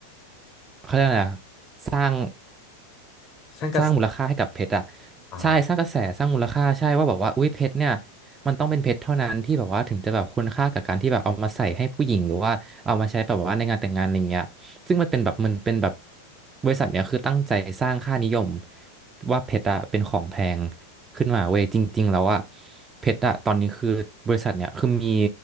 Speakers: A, on the right; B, on the left.
A: เขาเรียกอะไรนะสร้าง
B: ซันกระแส
A: สร้างมูลค่าให้กับเพชรอะ
B: อ่า
A: ใช่สร้างกระแสสร้างมูลค่าใช่ว่าแบบว่าอุ้ยเพชรเนี่ยมันต้องเป็นเพชรเท่านั้นที่แบบว่าถึงจะแบบคุณค่ากับการที่แบบเอามาใส่ให้ผู้หญิงหรือว่าเอามาใช้แบบว่าในงานแต่งงานอะไรเงี้ยซึ่งมันเป็นแบบมันเป็นแบบบริษัทเนี่ยคือตั้งใจสร้างค่านิยมว่าเพชรอะเป็นของแพงขึ้นมาเว้ยจริงๆแล้วอะเพชรอะตอนนี้คือบริษัทเนี่ยคือมี